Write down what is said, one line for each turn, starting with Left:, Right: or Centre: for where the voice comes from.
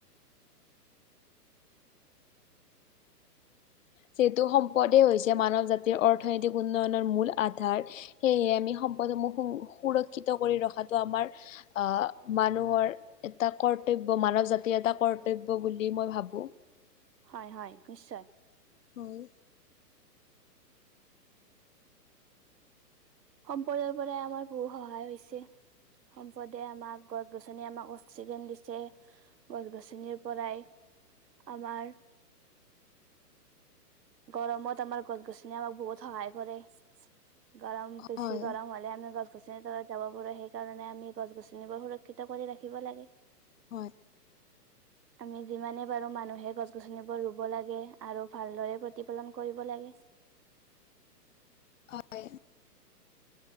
Left: যিহেতু সম্পদেই হৈছে মানৱ জাতিৰ অৰ্থনৈতিক উন্নয়নৰ মূল আধাৰ। সেয়েহে আমি সম্পদসমূহ সুৰক্ষিত কৰি ৰখাটো আমাৰ আহ', মানুহৰ এটা কৰ্তব্য মানৱ জাতিৰ এটা কৰ্তব্য বুলি মই ভাবো।
Right: হয়-হয় নিশ্চয়।
Left: হয়।
Right: সম্পদৰ পৰাই আমাৰ বহুত সহায় হৈছে, সম্পদে আমাক গছ- গছনি আমাক অক্সিজেন দিছে, গছ-গছনিৰ পৰাই আমাৰ গৰমত আমাৰ গছ-গছনি আমাক বহুত সহায় কৰে, গৰম বেছি
Left: হয়
Right: গৰম হ'লে যে আমি গছ-গছনি তলত যাব পাৰো সেইকাৰণে আমি গছ-গছনিবোৰ সুৰক্ষিত কৰি ৰাখিব লাগে।
Left: হয়।
Right: আমি যিমানে পাৰো মানুহে গছ-গছনিবোৰ ৰুব লাগে আৰু ভালদৰে প্ৰতিপালন কৰিব লাগে।
Left: হয়।